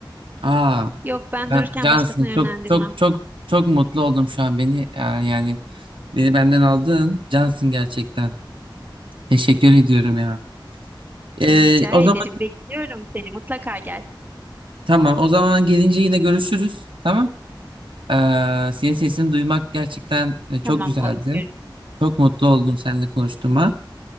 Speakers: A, on the right; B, on the right.
A: Aa,
B: Yok ben
A: ben
B: dururken
A: Cansın
B: başkasına yönlendirmem.
A: çok çok çok çok mutlu oldum şu an beni yani, yani beni benden aldın Cansın gerçekten. Teşekkür ediyorum ya. Ee,
B: Rica
A: o zaman
B: ederim. Bekliyorum seni. Mutlaka gel.
A: tamam o zaman gelince yine görüşürüz. Tamam. Ee, senin sesini duymak gerçekten e, çok
B: Tamam
A: güzeldi.
B: olur. Görüşürüz.
A: Çok mutlu oldum seninle konuştuğuma.